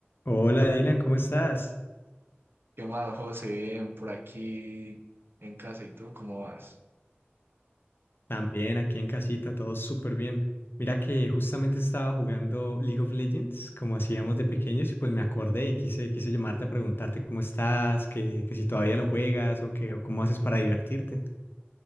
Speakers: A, on the left; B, on the right.
A: Hola Dylan, ¿cómo estás?
B: ¿Qué más, José? Bien, por aquí en casa. ¿Y tú cómo vas?
A: También aquí en casita, todo súper bien. Mira que justamente estaba jugando League of Legends, como hacíamos de pequeños, y pues me acordé y quise, quise llamarte a preguntarte cómo estás, que, que si todavía lo juegas o que, o cómo haces para divertirte.